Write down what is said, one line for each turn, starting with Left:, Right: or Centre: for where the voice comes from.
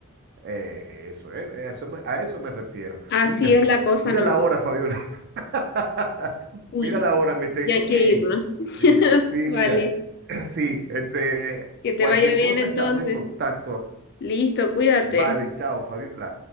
Right: Eh, eso, es, a eso me- a eso me refiero.
Left: Así
Right: Mira,
Left: es la cosa
Right: mira
Left: nomás.
Right: la hora, Fabiola. <laughs>
Left: Uy,
Right: Mira la hora, me tengo
Left: ya hay que
Right: que
Left: irnos.
Right: ir.
Left: <laughs>
Right: Y- Sí,
Left: Vale,
Right: mira, <clears throat> sí, este,
Left: que te
Right: cualquier
Left: vaya bien
Right: cosa
Left: entonces.
Right: estamos en contacto.
Left: Listo, cuídate.
Right: Vale, chao, Fabiola.